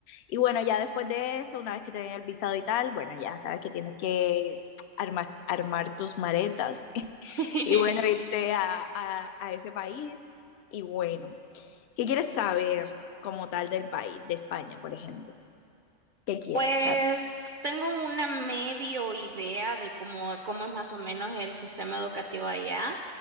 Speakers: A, on the left; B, on the right.
A: Y bueno, ya después de eso, una vez que te den el visado y tal, bueno, ya sabes que tienes que armar, armar tus maletas
B: <laughs>
A: <laughs> y bueno, irte a, a, a ese país. Y bueno, ¿Qué quieres saber como tal del país, de España, por ejemplo? ¿Qué quieres
B: Pues
A: saber?
B: tengo una medio idea de cómo, cómo es más o menos el sistema educativo allá,